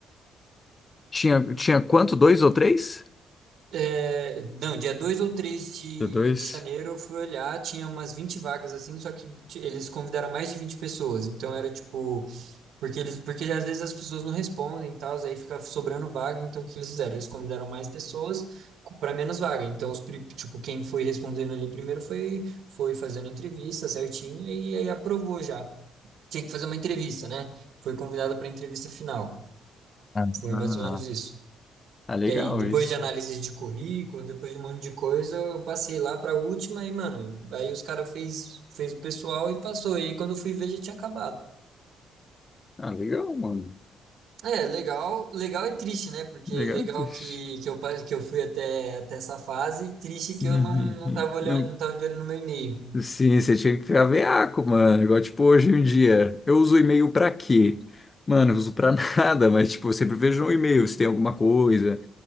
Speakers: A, on the left; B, on the right.
A: Tinha, tinha quanto? Dois ou três?
B: É, não, dia 2 ou 3 de,
A: Deu Dois?
B: de janeiro eu fui olhar, tinha umas 20 vagas assim, só que t- eles convidaram mais de 20 pessoas, então era tipo Porque eles, porque às vezes as pessoas não respondem e tal, aí fica sobrando vaga, então o que eles fizeram? Eles convidaram mais pessoas para menos vaga. Então, os, pri- tipo, quem foi respondendo ali primeiro foi foi fazendo entrevista certinho e aí aprovou já. Tinha que fazer uma entrevista, né? Foi convidada para a entrevista final.
A: Ah,
B: Foi mais ou menos isso.
A: ah, legal
B: Que aí, depois
A: isso.
B: de análise de currículo, depois de um monte de coisa, eu passei lá para a última e, mano, aí os caras fez, fez o pessoal e passou. E aí, quando eu fui ver, já tinha acabado.
A: Ah, legal, mano.
B: É, legal, legal e triste, né? Porque
A: Legal,
B: legal
A: bicho.
B: que, que eu pa- que eu fui até, até essa fase, triste que
A: Uhum,
B: eu não, não tava olhando,
A: uhum.
B: não tava de olho no meu e-mail.
A: Sim, você tinha que ficar veaco, mano. Igual, tipo, hoje em dia, eu uso e-mail pra quê? Mano, eu uso pra <laughs> nada, mas, tipo, eu sempre vejo um e-mail, se tem alguma coisa,